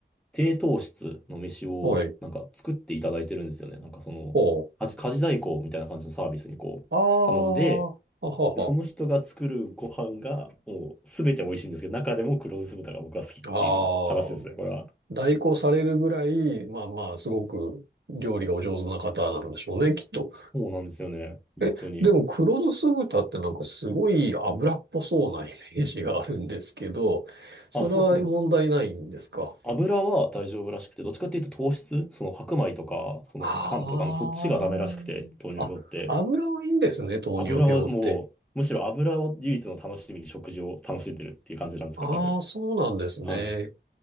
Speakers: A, in the centre; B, on the right.
A: 低糖質の飯をなんか作っていただいてるんですよね。
B: はい。
A: なんかその、
B: ほう。
A: 家事家事代行みたいな感じのサービスにこう頼んで、
B: ああ、ははは。
A: で、その人が作るご飯がもうすべて美味しいんですけど、中でも黒酢豚が僕は好きっていう話ですね、
B: ああ、
A: これは。
B: 代行されるぐらい、まあまあ、すごく料理がお上手な方なんでしょうね、きっと。
A: そうなんですよね、本当に。
B: え、でも黒酢酢豚ってなんかすごい油っぽそうなイメージがあるんですけど、それは問題ないんですか
A: あ、そう、な油は大丈夫らしくて、どっちかっていうと糖質、その白米とか、そのパンとかのそっちがダメらしくて、
B: あ
A: 糖尿病って。
B: あ。あ、油はいいんですね、糖尿病って。
A: 油はもう、むしろ油を唯一の楽しみに食事を楽しんでるっていう感じなんですかね、
B: ああ、
A: 多分。
B: そうなんですね。
A: はい。